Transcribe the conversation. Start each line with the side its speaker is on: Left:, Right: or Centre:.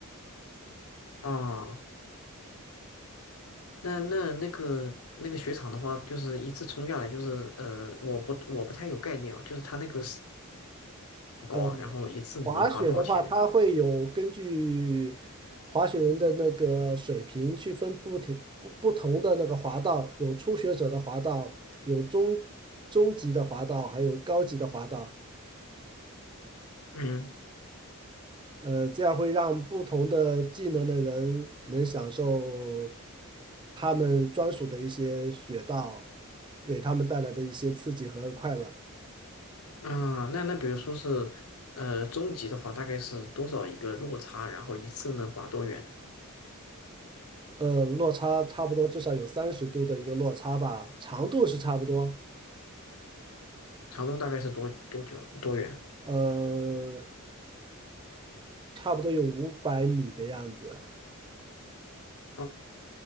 Left: 哦，那那那个那个雪场的话，就是一次冲下来，就是呃，我不我不太有概念啊，就是它那个是多高啊，
Right: 呃，
Left: 然后一次能滑多少千米啊？
Right: 滑雪的话，它会有根据滑雪人的那个水平去分不停不不同的那个滑道，有初学者的滑道，有中中级的滑道，还有高级的滑道。
Left: 嗯
Right: 呃，这样会让不同的技能的人能享受他们专属的一些雪道，给他们带来的一些刺激和快乐。
Left: 啊那那比如说是呃中级的话，大概是多少一个落差，然后一次能滑多远呢？
Right: 呃，落差差不多至少有三十度的一个落差吧，长度是差不多，
Left: 长度大概是多多久多远？
Right: 呃，差不多有五百米的样子。
Left: 哦，